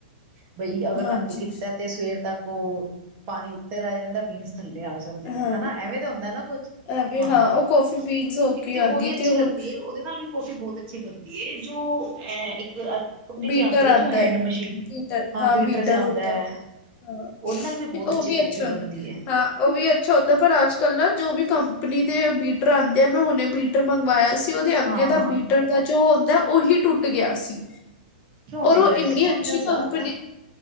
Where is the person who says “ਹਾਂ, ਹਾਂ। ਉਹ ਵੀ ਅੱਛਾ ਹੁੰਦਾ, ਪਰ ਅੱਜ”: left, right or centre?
Left